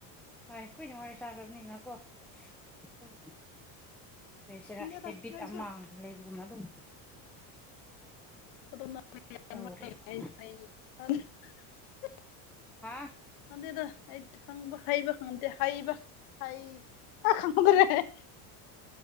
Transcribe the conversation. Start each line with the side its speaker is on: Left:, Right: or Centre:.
Centre: ꯍꯣꯏ ꯀꯨꯏꯅ ꯋꯥꯔꯤ ꯆꯥꯈ꯭ꯔꯕꯅꯤꯅꯀꯣ ꯎꯝ ꯀꯩꯁꯤꯔ
Left: ꯈꯪꯗꯦꯗ
Centre: ꯍꯦꯕꯤꯠ
Left: ꯅꯣꯏꯁꯨ
Centre: ꯑꯃ ꯂꯩꯕꯒꯨꯝꯅ ꯑꯗꯨꯝ
Left: <unintelligible>
Centre: ꯇꯧꯔꯦꯕ ꯍꯥ
Left: ꯈꯪꯗꯦꯗ ꯑꯩꯠ ꯈꯪꯕ ꯍꯩꯕ ꯈꯪꯗꯦ ꯍꯩꯕ ꯍꯩ ꯈꯪꯗꯔꯦ